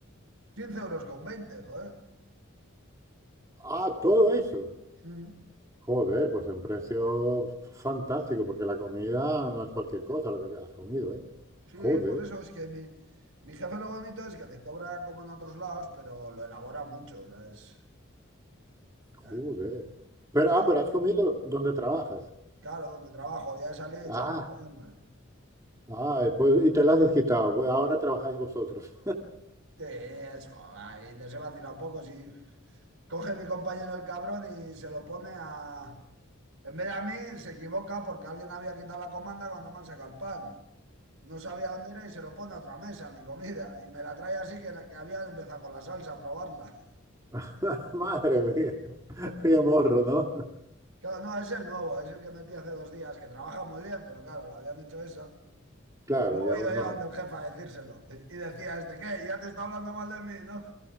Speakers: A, on the right; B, on the right.
A: 15 euros con veinte, joder.
B: Ah, todo eso.
A: Mm,
B: Joder, pues en precio fantástico, porque la comida no es cualquier cosa lo que has comido, ¿eh?
A: Sí,
B: Joder.
A: por eso es que mi, mi jefe lo bonito es que te cobra como en otros lados, pero lo elabora mucho, o sea, es...
B: Joder.
A: eh,
B: Pero,
A: sí,
B: ah, pero has comido donde trabajas.
A: claro, donde trabajo, ya he salido y
B: Ah,
A: yo, venga, a comerme.
B: ah, y pues, y te las has quitado. Bueno, ahora trabajáis vosotros.
A: Sí, eso, ahí les he vacilado un poco, si Coge mi compañero el cabrón y se lo pone a... En vez de a mí, se equivoca porque alguien había quitado la comanda cuando me han sacado el pan. No sabía dónde era y se lo pone a otra mesa, mi comida. Y me la trae así que, la- que había empezado con la salsa a probarla.
B: <laughs> Madre mía,
A: <laughs>
B: qué morro, ¿no?
A: Claro, no, es el nuevo, es el que metí hace dos días, que trabaja muy bien, pero claro, le habían hecho eso.
B: Claro,
A: Y luego
B: ya
A: he ido
B: uno.
A: yo donde el jefe a decírselo. Y y decía este, ¿qué? Ya te está hablando mal de mí, ¿no?